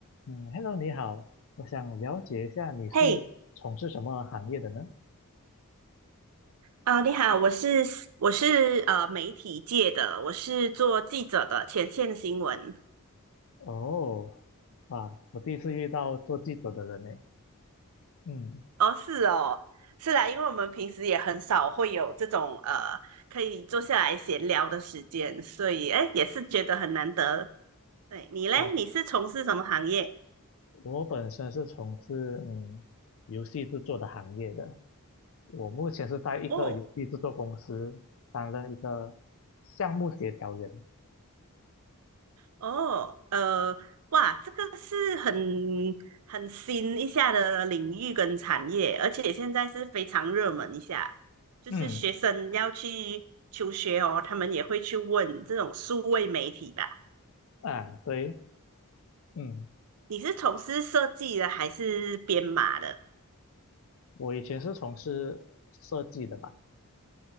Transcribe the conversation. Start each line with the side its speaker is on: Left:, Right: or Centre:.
Left: 嗯，Hello，你好，我想了解一下你是从事什么行业的呢？
Right: 嘿，啊，你好，我是我是呃媒体界的，我是做记者的前线新闻。
Left: 哦，哇，我第一次遇到做记者的人呢。嗯，
Right: 哦，是哦，是啦，因为我们平时也很少会有这种呃可以坐下来闲聊的时间，所以哎，也是觉得很难得。对，你嘞，
Left: 哦，
Right: 你是从事什么行业？
Left: 我本身是从事嗯游戏制作的行业的，我目前是在一个游戏制作公司担任一个项目协调员。
Right: 哦，哦，呃，哇，这个是很很新一下的领域跟产业，而且现在是非常热门一下，就是学生要去求学哦，
Left: 嗯，
Right: 他们也会去问这种数位媒体吧。
Left: 啊，对，嗯，
Right: 你是从事设计的还是编码的？
Left: 我以前是从事设计的吧。